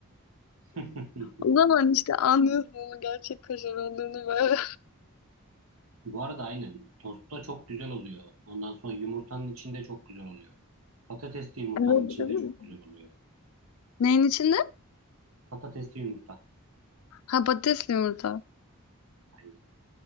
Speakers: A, on the right (about 75°); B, on the left (about 75°).
A: <laughs>
B: O zaman işte anlıyorsun onun gerçek kaşar olduğunu böyle.
A: Bu arada aynen. Tostta çok güzel oluyor. Ondan sonra yumurtanın içinde çok güzel oluyor. Patatesli yumurtanın
B: <laughs> Evet,
A: içinde
B: değil mi?
A: çok güzel oluyor.
B: Neyin içinde?
A: Patatesli yumurta.
B: Ha patatesli yumurta.
A: Aynen.